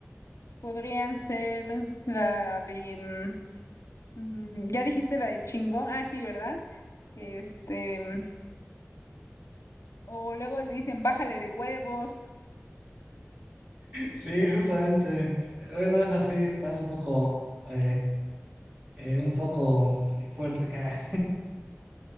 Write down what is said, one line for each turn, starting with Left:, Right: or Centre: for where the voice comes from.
Left: podrían ser la de... mm, Mm, Ya dijiste la de chingón, ah, sí, ¿verdad? Este, o luego le dicen bájale de huevos,
Right: Sí, justamente. Bueno, es así, está un poco, eh, eh, un poco fuerte. ah.